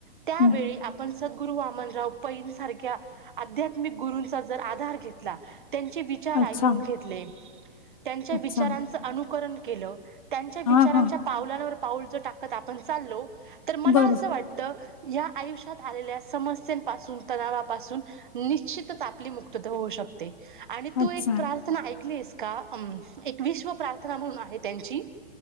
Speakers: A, on the right; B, on the left.
A: त्यावेळी
B: हं.
A: आपण सद्गुरु वामनराव पैन सारख्या आध्यात्मिक गुरूंचा जर आधार घेतला. त्यांचे विचार
B: अच्छा,
A: ऐक ले त्यांच्या
B: अच्छा.
A: विचारांच अनुकरण केलं त्यांच्या विचारांच्या
B: हां, हां.
A: पावलांवर पाऊल जर टाकत आपण चाललो तर मला
B: बरोबर.
A: असं वाटत या आयुष्यात आलेल्या समस्यांपासून तणावापासून निश्चितच आपली मुक्तता होऊ शकते. आणि तू
B: अच्छा.
A: एक प्रार्थना ऐकलीस का अं एक विश्व प्रार्थना म्हणून आहे त्यांची